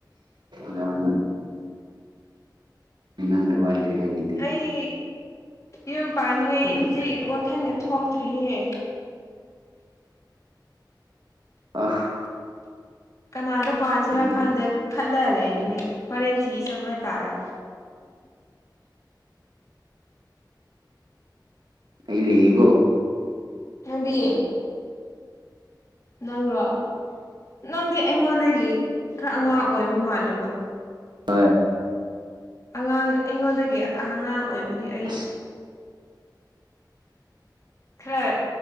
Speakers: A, on the right; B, on the left.
A: ꯅ ꯍꯅꯥꯅ ꯋꯥꯠꯂꯤ ꯍꯥꯏꯔꯤ
B: ꯑꯩ ꯌꯨꯝ ꯄꯥꯅꯤꯡꯉꯩ
A: ꯑꯗꯨꯗꯤ
B: ꯍꯧꯖꯤꯛ ꯋꯥꯈꯜꯒ ꯊꯣꯛꯇ꯭ꯔꯤꯌꯦ
A: ꯑꯐ
B: ꯀꯅꯥꯗ ꯄꯥꯟꯁꯤꯔꯥ
A: ꯎꯝ
B: ꯈꯥꯟꯗꯦ ꯈꯠꯂ ꯂꯩꯅꯤꯅꯦ ꯍꯣꯔꯦꯟ ꯊꯤ ꯆꯠꯄ ꯍꯥꯏꯇꯥꯔꯦ
A: ꯑꯩ ꯂꯩꯒꯣ
B: ꯍꯥꯏꯗꯤ ꯅꯪꯔꯣ ꯅꯪꯗꯤ ꯑꯩꯉꯣꯟꯗꯒꯤ ꯈꯔ ꯑꯉꯥꯡ ꯑꯣꯏꯕ ꯃꯥꯜꯂꯦꯕ
A: ꯍꯣꯏ
B: ꯑꯉꯥꯡ ꯑꯩꯉꯣꯟꯗꯒꯤ ꯑꯉꯥꯡ ꯑꯣꯏꯕꯗꯤ ꯑꯩ
A: ꯑꯁ
B: ꯈꯔ